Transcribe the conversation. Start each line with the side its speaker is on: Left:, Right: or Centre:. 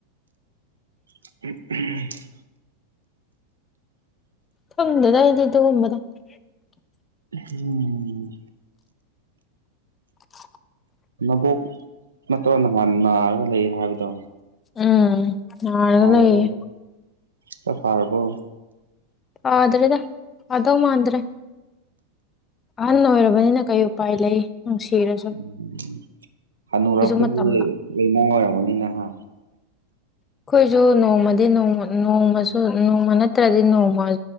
Right: <unintelligible>
Left: ꯈꯪꯗꯦꯗ ꯑꯩꯗꯤ ꯑꯗꯨꯒꯨꯝꯕꯗꯣ꯫ <unintelligible>
Right: ꯎꯍꯨꯝ꯫
Left: <inaudible>
Right: ꯅꯕꯣꯛ ꯅꯠꯇ꯭ꯔꯣ ꯅꯍꯥꯟ ꯅꯥꯔꯒ ꯂꯩ ꯍꯥꯏꯕꯗꯣ꯫
Left: ꯎꯝ ꯅꯥꯔꯒ
Right: ꯐꯔꯕꯣ
Left: ꯂꯩꯌꯦ꯫
Right: ꯈꯔ ꯐꯔꯕꯣ꯫
Left: ꯐꯗ꯭ꯔꯤꯗ ꯐꯗꯧ ꯃꯥꯥꯟꯗ꯭ꯔꯦ꯫ ꯑꯍꯟ ꯑꯣꯏꯔꯕꯅꯤꯅ ꯀꯩ ꯎꯄꯥꯏ ꯂꯩ ꯅꯨꯡꯁꯤꯔ
Right: ꯎ ꯍꯅꯨꯔꯛꯄꯒꯤ
Left: ꯃꯇꯝ ꯂꯥꯛ
Right: ꯂꯩꯅꯥ ꯑꯣꯏꯔꯝꯒꯅꯤꯅ ꯍꯥ꯫
Left: ꯑꯩꯈꯣꯏꯁꯨ ꯅꯣꯡꯃꯗꯤꯃ ꯅꯣꯡꯃꯁꯨ ꯅꯣꯡꯃ ꯅꯠꯇ꯭ꯔꯗꯤ ꯅꯣꯡꯃ